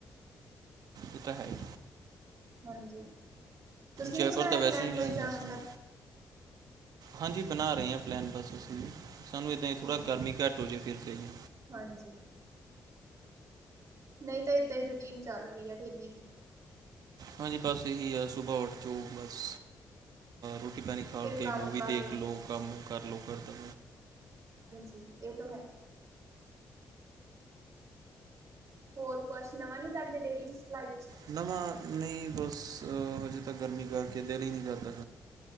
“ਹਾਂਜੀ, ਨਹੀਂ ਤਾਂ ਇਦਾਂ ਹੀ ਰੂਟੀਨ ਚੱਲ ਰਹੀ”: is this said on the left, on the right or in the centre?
Right